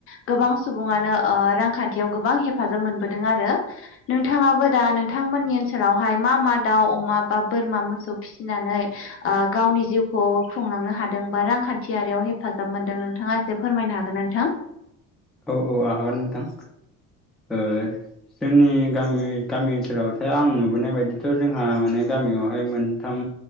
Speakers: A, on the left (about 40°); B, in the centre.
A: गोबां सुबुङानो ओ रां खान्थियाव गोबां हेफाजाब मोनबोदों आरो नोंथाङाबो दा नोंथांमोननि ओनसोलावहाय मा मा दाउ, अमा बा बोरमा मोसौ फिसिनानै ओ गावनि जिउखौ खुंलांनो हादों बा रांखा न्थियारियाव हेफाजाब मोनदों नोंथाङा एसे फोरमायनो हागोन ना नोंथां?
B: औ औ आं हागोन नोंथां। ओ
A: औ
B: जोंनि गामि गामि ओनसोलावथ' आं नुबोनाय बायदिथ' जोंहा माने गामियावहाय मोनथाम